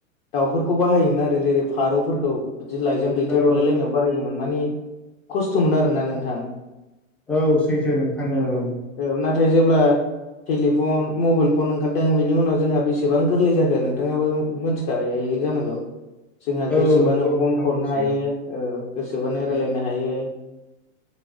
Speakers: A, on the left (about 50°); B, in the centre.
A: दाउफोरखौ बाहायोमोन आरो जेरै फारौफोरखौ बिदि लाइजाम दैथाय
B: औ
A: हरलायलायनायाव बाहायोमोन माने खस्थ'मोन आरोना नोंथां
B: औ सैथो नोंथां
A: औ
B: नंगौ
A: औ नाथाय जेब्ला टेलिफन मबाइल फन ओंखारदों बेनि उनाव जोंहा बेसेबां गोरलै जाखो नोंथाङाबो मोनथि- खायो जानांगौ जोंहा
B: औ
A: गोसोबानो
B: नंगौ
A: फन
B: नोंथां
A: हरनो
B: मिथियो
A: हायो औ गोसोबानो रायलायनो हायो